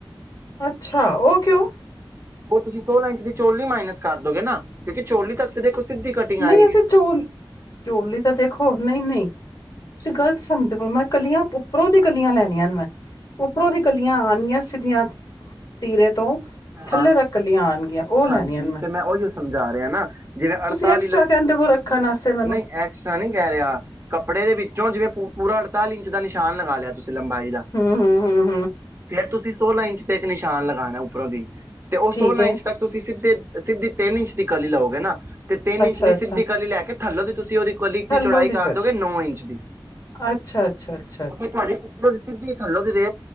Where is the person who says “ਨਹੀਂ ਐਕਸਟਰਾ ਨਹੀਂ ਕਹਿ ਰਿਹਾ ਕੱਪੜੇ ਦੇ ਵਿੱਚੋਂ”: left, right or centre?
Right